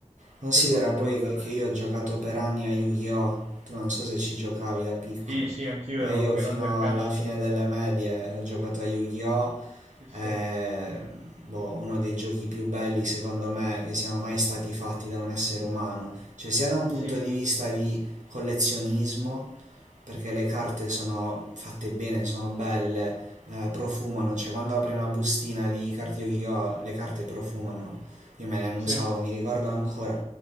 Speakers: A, on the right; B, on the right.
A: Considera
B: e fortuna,
A: poi
B: ovviamente.
A: che io ho giocato per anni a Yu-Gi-Oh! Tu non so se ci giocavi da piccolo.
B: Sì, sì, anch'io
A: Eh,
B: ero
A: io
B: grande
A: fino
B: accanito.
A: alla fine delle medie ho giocato a Yu-Gi-Oh!
B: Sì, sì.
A: È boh, uno dei giochi più belli secondo me che siano mai stati fatti da un essere umano, cioè sia da un punto
B: Sì.
A: di vista di collezionismo, perché le carte sono fatte bene, sono belle, eh, profumano, cioè quando apri una bustina di carte Yu-Gi-Oh! le carte profumano, io me le annusavo,
B: Sì,
A: mi ricordo ancora.